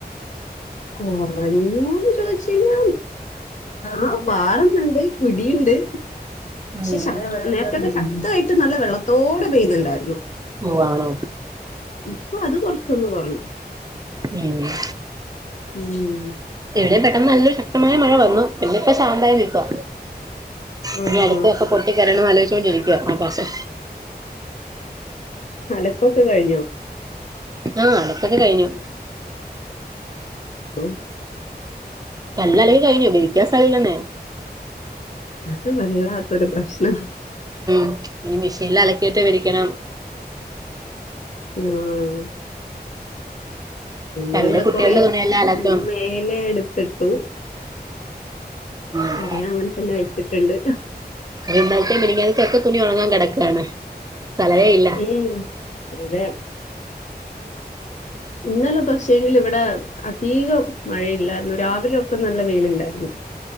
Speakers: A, on the left (about 45°); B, on the right (about 20°).
A: കുറഞ്ഞൂന്ന് ചോയിച്ച് കഴിഞ്ഞാൽ ആഹ് പാറബ്ണ്ട് പിടിയുണ്ട് പക്ഷെ
B: ഉം
A: ശ നേരത്തെത്തെ ശക്തമായിട്ട് നല്ല വെള്ളത്തോടെ പെയ്ത്ണ്ടായിരുന്നു
B: ഓ ആണോ
A: ഇപ്പൊ അത് കൊറച്ചൊന്ന് കൊറഞ്ഞു
B: ഏഹ്
A: ഉം
B: ഇവിടെ പെട്ടെന്ന് നല്ലൊരു ശക്തമായ മഴ വന്നു പിന്നെ ഇപ്പ ശാന്തായി നിൽക്കുവാ
A: ആഹാ.
B: പിന്നെ എടക്കൊക്കെ പൊട്ടിക്കരയണം ന്ന് ആലോചിച്ചോണ്ടിരിക്കുവ പൽപോസെ
A: അലക്കൊക്കെ കഴിഞ്ഞു
B: ആഹ് അലക്കൊക്കെ കഴിഞ്ഞു
A: ആഹ്
B: എല്ലാം അലക്കി കഴിഞ്ഞു വിരിക്കാൻ സ്ഥലമില്ലാന്നെ
A: അത് വല്ലാത്തൊരു പ്രശ്നാ
B: ഉം ഇനി മെഷീനിൽ അലക്കിയിട്ട് വിരിക്കണം
A: ആഹ് നമ്മളിവിടെ
B: കല്ല് കുട്ടികളുടെ
A: കൊറെ
B: തുണിയെല്ലാം അലക്കും
A: മേലെ എടുത്തിട്ടു
B: ആഹ്
A: അത് ഞാൻ അങ്ങനെ തന്നെ വെച്ചിട്ടുണ്ട്
B: ഇന്നലത്തെ മിനിഞ്ഞാത്തൊക്കെ തുണി ഉണങ്ങാൻ കിടക്കയാണ് സ്ഥലവേ ഇല്ല
A: ഉം അതെ ഇന്നലെ പക്ഷേ എങ്കിലും ഇവിടെ അധീകം മഴയില്ലായിരുന്നു രാവിലെ ഒക്കെ നല്ല വെയിലുണ്ടായിരുന്നു <inaudible>